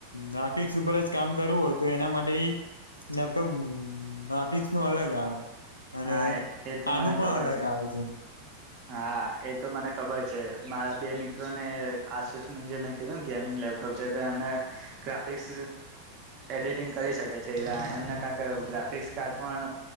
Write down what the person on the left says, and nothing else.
ગાફિક્સ ઉપર જ કામ કરવું હોય તો એના માટે નેપો ગફિક્સ નું અલગ આવે અને
આનું
પણ
અલગ આવે છે